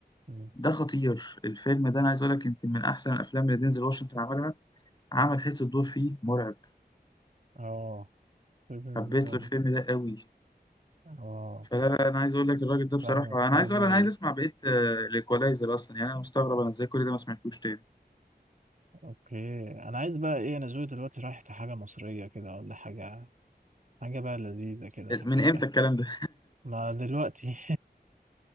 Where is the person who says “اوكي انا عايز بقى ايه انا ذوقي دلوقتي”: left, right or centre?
Right